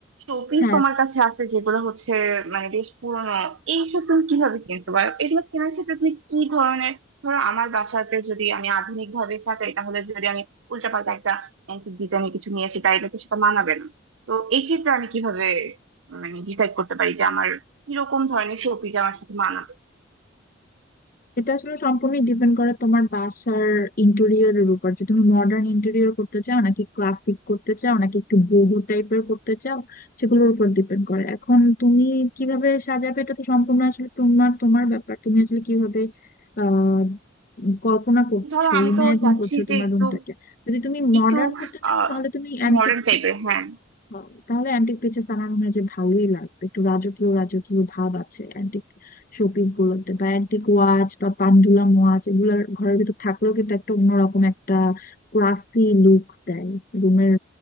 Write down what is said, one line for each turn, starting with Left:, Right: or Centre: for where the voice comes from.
Right: শোপিস
Left: হ্যাঁ
Right: তোমার কাছে আছে যেগুলো হচ্ছে মানে বেশ পুরনো এইসব তুমি কিভাবে কিনতে পারো এগুলো কেনার ক্ষেত্রে তুমি কি ধরনের ধরো আমার বাসাতে যদি আমি আধুনিক ভাবে সাজাই তাহলে যদি আমি উল্টাপাল্টা একটা অ্যান্টিক ডিজাইনের কিছু নিয়ে আসি তাইলে তো সেটা মানাবে না তো এই ক্ষেত্রে আমি কিভাবে মানে ডিসাইড করতে পারি যে আমার কিরকম ধরনের শোপিস আমার সাথে মানাবে
Left: এটা আসলে সম্পূর্ণই ডিপেন্ড করে তোমার বাসার ইন্টেরিয়রের উপর যে তুমি মডার্ন ইন্টেরিয়র করতে চাও নাকি ক্লাসিক করতে চাও নাকি একটু বোহো টাইপের করতে চাও সেগুলোর উপর ডিপেন্ড করে এখন তুমি কিভাবে সাজাবে এটা তো সম্পূর্ণ আসলে তোমার তোমার ব্যাপার তুমি আসলে কিভাবে আহ উম, কল্পনা করছো
Right: ধরো আমি
Left: ইমাজিন
Right: তো চাচ্ছি
Left: করছো
Right: যে
Left: তোমার
Right: একটু
Left: রুমটাকে যদি তুমি মডার্ন
Right: একটু
Left: করতে চাও
Right: আহ
Left: তাহলে তুমি অ্যান্টিক
Right: মডার্ন টাইপের হ্যাঁ
Left: হয়। তাহলে অ্যান্টিক পিসেস আমার মনে হয় যে ভালোই লাগবে একটু রাজকীয় রাজকীয় ভাব আছে অ্যান্টিক শোপিস গুলোতে বা অ্যান্টিক ওয়াচ বা পান্ডুলাম ওয়াচ এগুলোর ঘরের ভিতর থাকলেও কিন্তু একটা অন্যরকম একটা ক্লাসি লুক দেয় রুমের